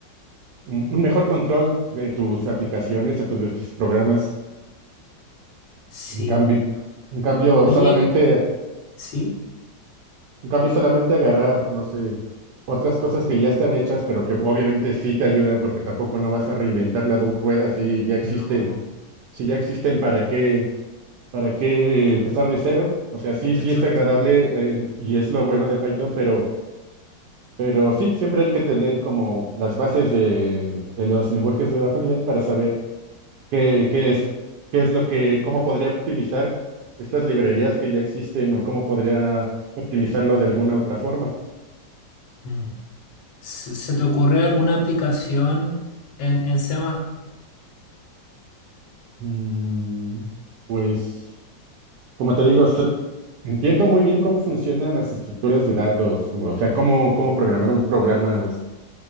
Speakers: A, on the right; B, on the left.
A: un, un mejor control de tus aplicaciones, de tus, de tus programas.
B: sí.
A: En cambio, en cambio,
B: Oye,
A: solamente
B: sí,
A: En cambio, solamente agarrar, no sé, otras cosas que ya están hechas, pero que obviamente sí te ayudan, porque tampoco no vas a reinventar la du- rueda si ya existen.
B: no,
A: Si ya existen, ¿para qué, para qué empezar de cero? O sea, sí, sí
B: exactamente.
A: es agradable, eh, y es lo bueno de Python, pero, pero sí, siempre hay que tener como las bases de, de los lenguajes de bajo nivel para saber qué, qué es, qué es lo que, cómo podría optimizar estas librerías que ya existen o cómo podría optimizarlo de alguna otra forma.
B: Mm. ¿Se, se te ocurre alguna aplicación en, en C++?
A: Mm, Pues, como te digo, so- entiendo muy bien cómo funcionan las estructuras de datos, o sea, cómo, cómo programar un programa, s-